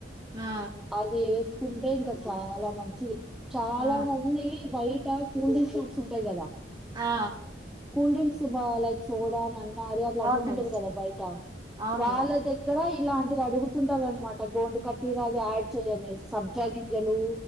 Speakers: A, on the right; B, in the centre.
A: ఆ
B: అది ఉంటే ఇంకా చాలా మంచిది చాలా
A: ఆ
B: మంది బైట్ కూల్ డ్రింక్ షార్ట్స్ ఉంటాయి కదా
A: ఆ
B: కూల్ డ్రింక్స్ బ లైక్ సోడా న నది అట్లు
A: అవునండి
B: అమ్ముతుంటారు కదా బయట
A: అవునండి
B: వాళ్ళ దగ్గర ఇలాంటిది అడుగుతుంటారు అనమాట గోండు కట్టటీరా అది యాడ్ చేయ్యనేసి సబ్జా గింజలు